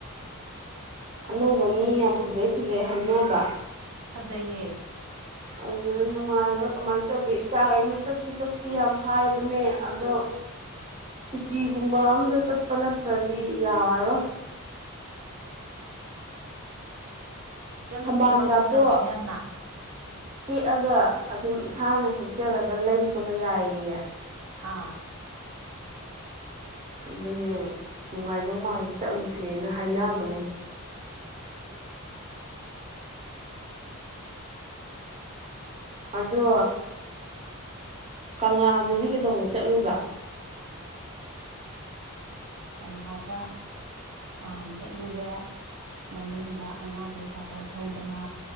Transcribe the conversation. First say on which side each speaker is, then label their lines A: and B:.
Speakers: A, on the right; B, on the right.
A: ꯑꯅꯧꯕꯅꯤ ꯌꯥꯝ ꯐꯖꯩ ꯐꯖꯩ ꯍꯥꯏꯅꯕ
B: ꯐꯖꯩꯌꯦ
A: ꯑꯗꯨꯗ ꯅꯨꯡꯉꯥꯏꯕ꯭ꯔꯥ ꯀꯃꯥꯏꯅ ꯇꯧꯒꯦ ꯏꯆꯥꯈꯩꯅ ꯆꯠꯁꯤ ꯆꯠꯁꯤ ꯌꯥꯝ ꯍꯥꯏꯕꯅꯦ ꯑꯗꯣ
B: <inaudible>
A: ꯁꯨꯇꯤꯒꯨꯝꯕ ꯑꯝꯗ ꯆꯠꯄ ꯅꯠꯇ꯭ꯔꯗꯤ ꯌꯥꯔꯔꯣꯏ
B: ꯆꯠꯂꯨꯆꯨ
A: ꯊꯝꯕꯥꯜꯒꯥꯇꯣ
B: ꯌꯥꯝ ꯐꯖꯕꯅꯦ ꯌꯥꯝꯅ
A: ꯍꯦꯛꯑꯒ ꯑꯗꯨꯝ ꯏꯁꯥꯅ ꯍꯦꯛꯆꯔꯒ ꯂꯩꯕꯒ ꯌꯥꯏꯌꯦꯌꯦ
B: ꯑꯥ
A: ꯑꯗꯨꯅꯦ ꯅꯨꯡꯉꯥꯏꯗꯧ ꯃꯥꯜꯂꯤ ꯆꯠꯂꯨꯁꯦꯅ ꯍꯥꯏꯅꯕꯅꯦ ꯑꯗꯣ ꯀꯪꯂꯥꯗꯗꯤ ꯀꯩꯗꯧꯉꯩ ꯆꯠꯂꯨꯏꯕ
B: ꯀꯪꯂꯥꯗ ꯅꯍꯥꯟ ꯆꯠꯂꯨꯔꯦ ꯃꯅꯨꯡꯗ ꯑꯉꯥꯡꯈꯩ ꯁꯥꯏꯀꯜ ꯊꯧꯗꯅ